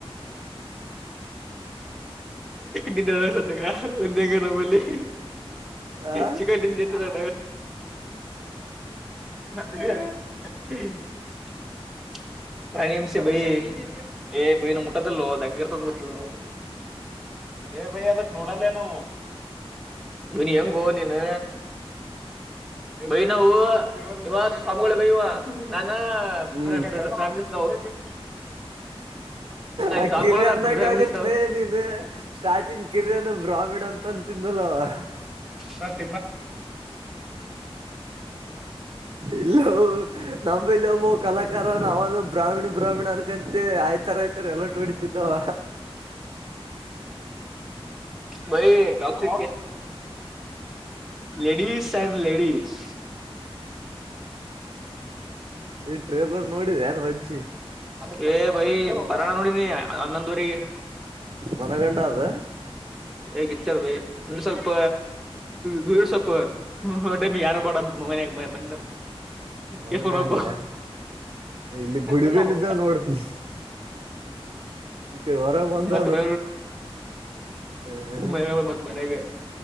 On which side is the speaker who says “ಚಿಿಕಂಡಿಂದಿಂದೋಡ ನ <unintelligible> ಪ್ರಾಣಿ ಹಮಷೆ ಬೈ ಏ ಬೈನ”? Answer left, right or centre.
Centre